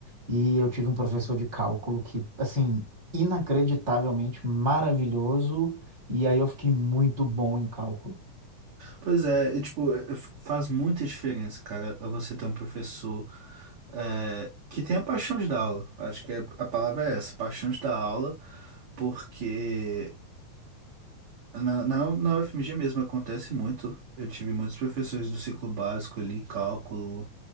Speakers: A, on the right; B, on the right.
A: E eu tive um professor de cálculo que, assim, inacreditavelmente maravilhoso, e aí eu fiquei muito bom em cálculo.
B: Pois é, e, tipo, é, f- faz muita diferença, cara, você ter um professor é, que tenha paixão de dar aula. Acho que é- a palavra é essa, paixão de dar aula, porque Na, na, na UFMG mesmo acontece muito. Eu tive muitos professores do ciclo básico ali, cálculo,